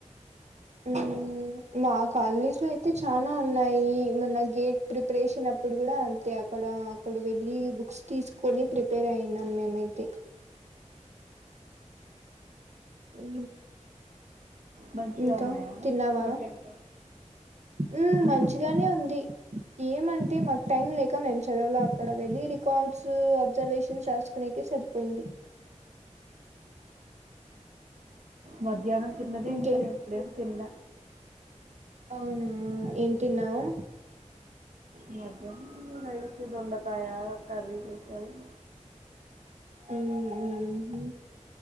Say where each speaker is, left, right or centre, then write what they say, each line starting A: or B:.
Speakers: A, on the right; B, on the right.
A: ఊ మా కాలనీస్లయితే చానా ఉన్నాయీ. మన గేట్ ప్రిపరేషన్ అప్పుడు గుడా అంతే అక్కడా అక్కడ వెళ్ళీ బుక్స్ తీసుకొని ప్రిపేర్ అయినం మేమయితే ఊ,
B: మంచిగా
A: ఇంకా?
B: ఉన్నాయా
A: తిన్నావా?
B: కంటెంట్
A: ఊ, మంచిగానే ఉంది. ఏమంటే మాకు టైం లేక మేము చదవలే. అక్కడ వెళ్ళి రికార్డ్స్ అబ్జర్వేషన్స్ రాసుకునేకి సరి పొయింది
B: మధ్యాహ్నం తిన్నదే
A: ఇంకేం
B: ఇంకా ఇప్పుడేం తిన్న
A: అవునా? ఏం తిన్నావ్?
B: మధ్యాహ్నం రైస్, దొండకాయ, అవకర్రీ జేశాను.
A: ఊఉ ఊ ఊ హూ